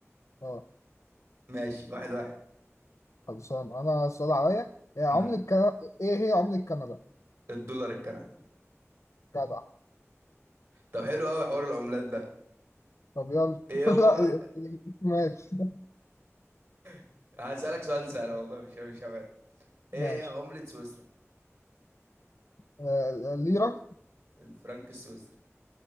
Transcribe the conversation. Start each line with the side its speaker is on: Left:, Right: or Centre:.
Left: اه
Right: ماشي واحد واحد
Left: خلصان انا السؤال عليا إيه عملة
Right: امم
Left: كندا ايه هي عملة كندا
Right: الدولار الكندي
Left: جدع
Right: طب حلو قوي حوار العملات ده
Left: طب يلا
Right: ايه
Left: <laughs>
Right: هو
Left: لا ماشي
Right: <laughs> هسألك سؤال سهل والله مش مش هبعد. ايه
Left: ماشي
Right: هي عملة سويسرا
Left: آه، ليرة
Right: الفرنك السويسري